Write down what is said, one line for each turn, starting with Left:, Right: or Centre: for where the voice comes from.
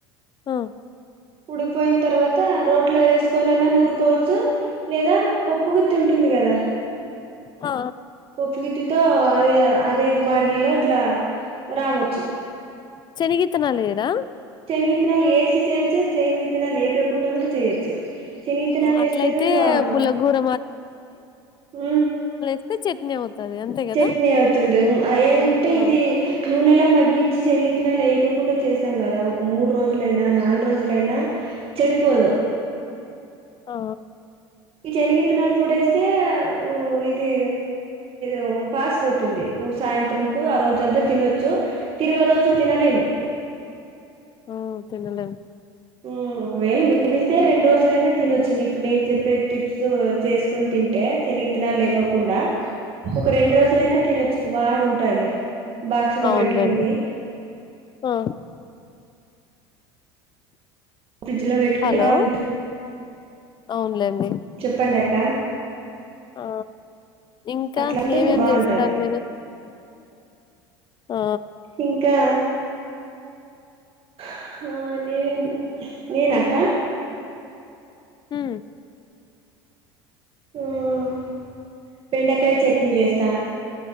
Left: ఆ
Right: ఉడిపోయిన తర్వాత రోట్లో వేసుకోనిన్నా నూరుకోవచ్చు లేదా పప్పు గుత్తి ఉంటుంది కదా
Left: ఆ
Right: పప్పుగుత్తితో అదే అదే బాండిలో ఇట్లా రావొచ్చు
Left: శనిగిత్తానాలు వేయిరా
Right: చెనిగిత్తనాలు ఏసి చేయిచ్చు చెనిగిత్తనాల ఎయికోకుండా ఉండ కూడా చేయచ్చు చెనిగిత్తనాలు
Left: అట్లయితే
Right: వేస్తే కూడా బాగుంటుంది
Left: పుల్లగూర
Right: హ
Left: స్తే చట్నీ అవుతది అంతే కదా
Right: చట్నీ అవుతుంది ఉ ఏధంటే
Left: ఆ
Right: ఇది నూనెలో మగ్గించి సనగిత్తనలు లేయకోకుండా చేసం కదా ఒక మూడు రోజులైనా నాలుగు రోజులయినా చెడిపోదు
Left: ఆ
Right: ఈ చెనిగిత్తనాల పొడి వేస్తే ఇది ఉ పాస్ పోతుంది ఓ సాయంత్రం కు ఆ రోజు అంతా తినొచ్చు తిరగ రోజు తినలేము
Left: ఉమ్ తినలేం
Right: ఉమ్ ఒకవేళ మిగిలితే రెండు రోజులైనా తినొచ్చు ఇప్పుడు నేను చెప్పే టిప్స్ చేస్ కొని తింటే చనిగిత్తనాలు లేకోకుండా ఒక రెండు రోజులైనా తినొచ్చు బాగుంటాది బాక్స్ లో
Left: అవునులేండి
Right: పెట్టుకుని
Left: ఆ
Right: ఫ్రిడ్జ్ లో పెట్టుకుంటే
Left: హలో
Right: బాగుంటది
Left: అవునులేండి
Right: పండక్క
Left: ఆ ఇంకా
Right: అట్లాంటే
Left: ఏమేం
Right: బాగుంటది
Left: చేస్తారు మీరు ఆ
Right: ఇంకా ఆహా నేనె నేనా అక్క
Left: ఉమ్
Right: ఉమ్ బెండకాయ చట్నీ చేస్తా